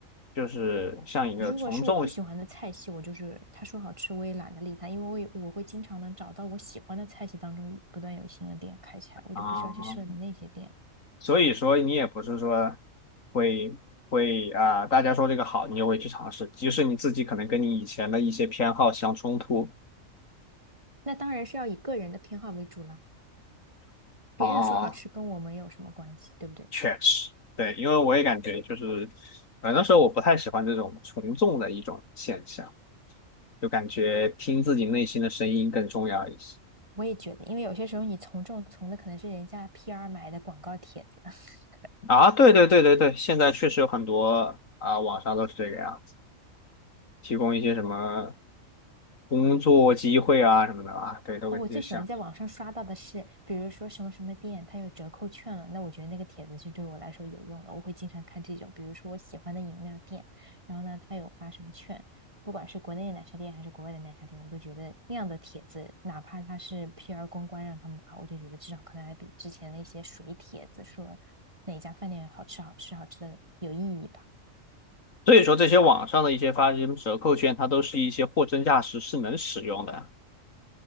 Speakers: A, on the left; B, on the right.
A: 就是像一个从众心
B: 如果是我不喜欢的菜系，我就是他说好吃我也懒得理他，因为我也我会经常能找到我喜欢的菜系当中不断有新的店开起来，我就不需要去设立那些店。
A: 啊，所以说你也不是说会会啊，大家说这个好，你就会去尝试，即使你自己可能跟你以前的一些偏好相冲突
B: 那当然是要以个人的偏好为主啦，别人说好吃跟我们有什么关系，
A: 啊。
B: 对不对？
A: 确实，对，因为我也感觉就是，呃，那时候我不太喜欢这种从众的一种现象，就感觉听自己内心的声音更重要一些。
B: 我也觉得，因为有些时候你从众从的可能是人家 PR 买的广告帖子。<laughs>
A: 啊，对对对对对，现在确实有很多啊，网上都是这个样子，提供一些什么工作机会啊什么的啊，对，都跟这些像。
B: 啊，我最喜欢在网上刷到的是，比如说什么什么店它有折扣券了，那我觉得那个帖子是对我来说有用的，我会经常看这种，比如说我喜欢的饮料店，然后呢，它有发什么券，不管是国内的奶茶店还是国外的奶茶店，我都觉得那样的帖子，哪怕它是 PR 公关让他们发，我就觉得至少可能还比之前那些水帖子说哪家饭店好吃好吃好吃的有意义吧。
A: 所以说，这些网上的一些发这些折扣券，它都是一些货真价实，是能使用的